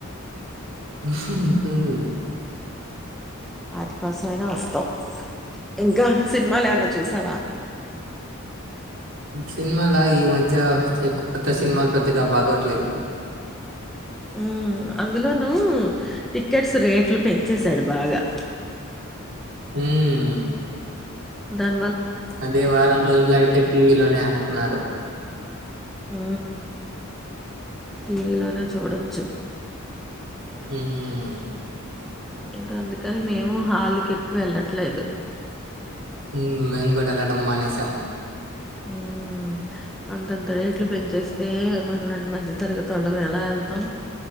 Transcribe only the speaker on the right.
మ్మ్
సినిమాల ఈ మద్ ధ్య ఎక్ పెద్ద సినిమాలు పెద్దగా బాగోట్లేదు
మ్మ్
అదే వారం రోజులు అయితే టీ వీ లోనే ఏస్తున్నారు
మ్మ్
మ్మ్ మేమ్ గూడా యేళ్లడం మానేసం